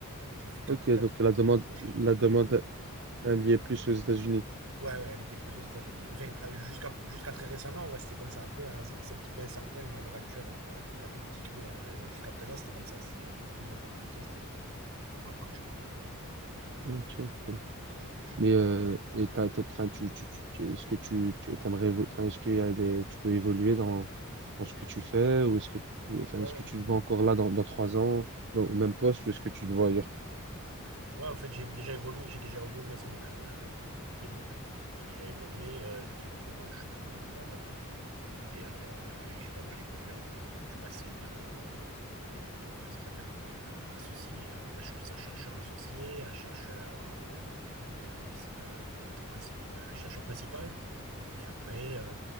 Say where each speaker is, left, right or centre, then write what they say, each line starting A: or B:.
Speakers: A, on the right (about 85°); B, on the right (about 55°).
A: J'ai fait quatre,
B: Ok,
A: quatre
B: donc
A: entretiens
B: la demande,
A: d'embauche et direct.
B: la demande, elle y est plus aux États-Unis.
A: Ouais, ouais, elle était plus aux États-Unis. Enfin, à- jusqu'à jusqu'à très récemment, ouais, c'était comme ça. Après, hein, c'est c'est un petit peu incertain à l'heure actuelle euh, à cause de la politique, mais euh, jusqu'à présent, c'était comme ça. C'est euh, beaucoup plus d'opportunités aux États-Unis, dans ma branche en tout cas,
B: Ok, cool.
A: dans ma branche.
B: Et, euh, et t'as, t'as- enfin, tu, tu, tu- tu- est-ce que tu, tu t'aimerais, évo- enfin, est-ce qu'il y a des, tu peux évoluer dans, dans ce que tu fais, ou est-ce que, enfin,
A: Ouais,
B: est-ce
A: ouais.
B: que tu te vois encore là dans, dans trois ans, dans, au même poste, ou est-ce que tu te vois ailleurs?
A: Ouais, en fait, j'ai déjà évolué, j'ai déjà évolué au sein de la- de l'entreprise, en fait. J'ai déjà évolué, euh, ça fait un petit moment que je suis dans la même boîte, en fait, et euh, j'ai pas mal évolué, en fait. Je suis passé de euh, ce qu'ils appellent euh, associé, euh, recher- chercheur associé à chercheur, euh, euh, vice- euh, princip- euh, chercheur principal, et après, euh,